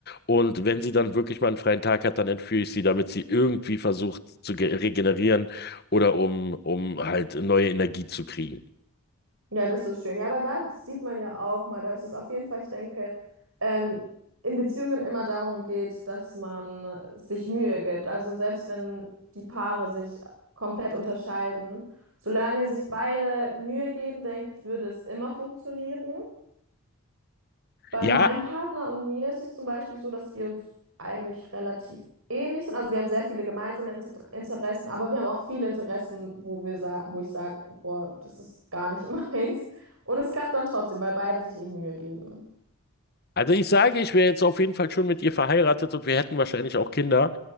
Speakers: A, on the left (about 45°); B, on the right (about 65°).
A: Und wenn sie dann wirklich mal einen freien Tag hat, dann entführe ich sie, damit sie irgendwie versucht zu ge- regenerieren oder um, um halt neue Energie zu kriegen.
B: Ja, das ist schön. Ja, aber da sieht man ja auch mal, dass es auf jeden Fall, ich denke, ähm, in Beziehungen immer darum geht, dass man sich Mühe gibt. Also selbst wenn die Paare sich komplett unterscheiden, solange sich beide Mühe geben, denke ich, würde es immer funktionieren. Bei
A: Ja,
B: meinem Partner und mir ist es zum Beispiel so, dass wir uns eigentlich relativ ähnlich sind. Also wir haben sehr viele gemeinsame Inter Interessen, aber wir haben auch viele Interessen, wo wir sa wo ich sage, boah, das ist gar nicht <laughs> meins. Und es klappt dann trotzdem, weil beide sich eben Mühe geben.
A: also ich sage, ich wäre jetzt auf jeden Fall schon mit ihr verheiratet und wir hätten wahrscheinlich auch Kinder,